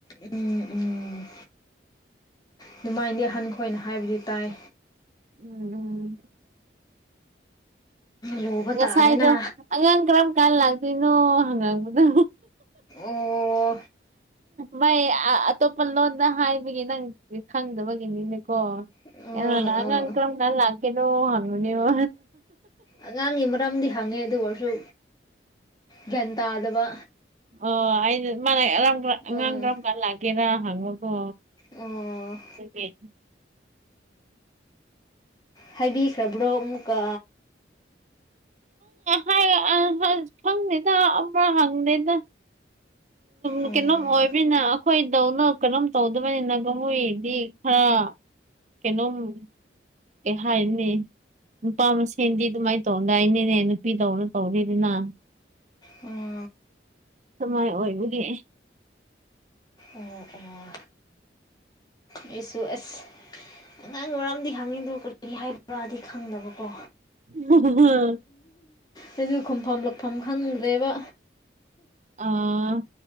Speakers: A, on the left; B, on the right.
A: INAUDIBLE ꯑꯗꯨꯃꯥꯏꯅꯗꯤ ꯍꯟꯈꯣ ꯑꯩꯅ ꯍꯥꯏꯕꯗꯤ ꯇꯥꯏ
B: INAUDIBLE
A: ꯂꯨꯕ
B: ꯉꯁꯥꯏꯗꯣ
A: ꯇꯥꯔꯦꯅ
B: ꯑꯉꯥꯡ ꯀꯔꯝ ꯀꯥꯟ ꯂꯥꯛꯇꯣꯏꯅꯣ ꯍꯪꯉꯛꯄꯗꯣ
A: ꯑꯣ
B: ꯃꯥꯏ ꯑ ꯑꯇꯣꯞꯄ ꯂꯣꯟꯗ ꯍꯥꯏꯕꯒꯤ ꯅꯪ ꯈꯪꯗꯕꯒꯤꯅꯤꯅꯦꯀꯣ
A: ꯑꯥ
B: ꯑꯩꯉꯣꯟꯗ ꯑꯉꯥꯡ
A: ꯑꯥ
B: ꯀꯔꯝ ꯀꯥꯟ ꯂꯥꯛꯀꯦꯔꯣ ꯍꯪꯕꯅꯤꯕ
A: ꯑꯉꯥꯡꯒꯤ ꯃꯔꯝꯗꯤ ꯍꯪꯉꯦ ꯑꯗꯨ ꯑꯣꯏꯔꯁꯨ ꯒ꯭ꯌꯥꯟ ꯇꯥꯗꯕ
B: ꯑꯣ ꯑꯩꯅ ꯃꯥꯅ ꯑꯉꯥꯡ
A: ꯑꯥ
B: ꯀꯔꯝ ꯀꯥꯟ ꯂꯥꯛꯒꯦꯔꯥ ꯍꯪꯕꯀꯣ
A: ꯑꯣ
B: ꯑꯗꯨꯒꯤ
A: ꯍꯥꯏꯕꯤꯈ꯭ꯔꯕ꯭ꯔꯣ ꯑꯃꯨꯛꯀ
B: ꯍꯥꯏ ꯑ ꯈꯪꯗꯦꯗ ꯑꯃ ꯍꯪꯗꯦꯗ
A: ꯑꯣ
B: ꯎ ꯀꯩꯅꯣꯝ ꯑꯣꯏꯕꯅꯤꯅ ꯑꯩꯈꯣꯏꯗꯧꯅ ꯀꯩꯅꯣꯝ ꯇꯧꯗꯕꯅꯤꯅ ꯃꯣꯏꯗꯤ ꯈꯔ ꯀꯩꯅꯣꯝ ꯀꯩ ꯍꯥꯏꯅꯤ ꯅꯨꯄꯥ ꯃꯁꯦꯟꯗꯤ ꯑꯗꯨꯃꯥꯏꯅ ꯇꯧꯅꯗꯥꯏꯅꯦ ꯅꯨꯄꯤ ꯇꯧꯅ ꯇꯧꯗꯦꯗꯅ
A: ꯎꯝ
B: ꯀꯃꯥꯏ ꯑꯣꯏꯕꯒꯤ
A: ꯑꯣ ꯑꯣ ꯑꯩꯁꯨ ꯑꯁ ꯑꯉꯥꯡ ꯃꯔꯝꯗꯤ ꯍꯪꯉꯤꯗ ꯀꯔꯤ ꯍꯥꯏꯕ꯭ꯔꯥꯗꯤ ꯈꯪꯗꯕꯀꯣ
B: <unintelligible>
A: ꯍꯥꯏꯗꯤ ꯈꯨꯝꯐꯝ ꯂꯛꯐꯝ ꯈꯪꯗꯗ꯭ꯔꯦꯕ
B: ꯑꯥ